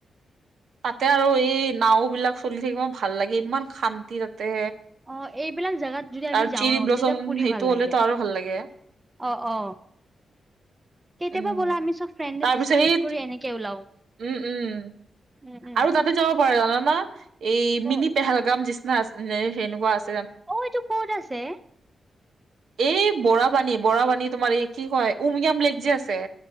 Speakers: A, on the right; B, on the right.
A: তাতে আৰু এই নাও বিলাক চলি থাকিব মই ভাল লাগে ইমান শান্তি তা
B: অ এইবিলাক জেগাত যদি আমি
A: আৰু
B: যাওঁ
A: চেৰি
B: ন
A: ব্লচম
B: তেতিয়া ফুৰি
A: সেইটো
B: ভাল লাগে
A: হ'লেতো আৰু ভাল লাগে
B: অ অ কেতিয়াবা
A: উম
B: ব'লা আমি চব ফ্ৰেণ্ডএ
A: তাৰ
B: ডিচকাচ
A: পিছত এই
B: কৰি এনেকে ওলাও
A: উম উম
B: উম উম
A: আৰু তাতে যাব পাৰে জান ন এই
B: ক'ত
A: মিনি পেহেলগাম যিচিনা আছে উ সেনেকুৱা আছ
B: অ এইটো কত আছে?
A: এই বৰাবানী বৰাবানী তোমাৰ এই কি কয় উমিয়াম লেক যে আছে